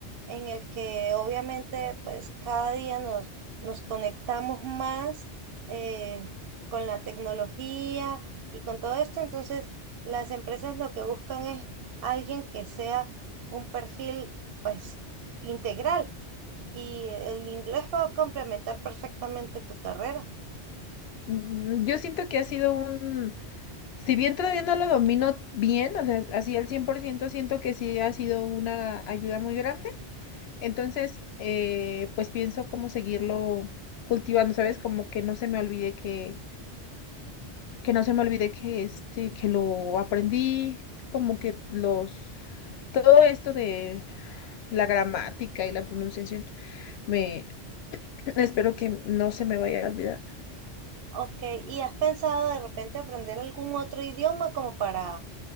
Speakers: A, on the right (about 60°); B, on the left (about 70°).
A: en el que obviamente pues cada día nos, nos conectamos más eh, con la tecnología y con todo esto, entonces las empresas lo que buscan es alguien que sea un perfil pues integral y el inglés va a complementar perfectamente tu carrera.
B: mm, Yo siento que ha sido un, si bien todavía no lo domino bien, o sea, así al 100%, siento que sí ha sido una ayuda muy grande. Entonces, eh, pues pienso cómo seguirlo cultivando, ¿sabes? Como que no se me olvide que que no se me olvide que este, que lo aprendí, como que los, todo esto de la gramática y la pronunciación, me <clears throat> espero que no se me vaya a olvidar.
A: Ok, ¿y has pensado de repente aprender algún otro idioma como para, o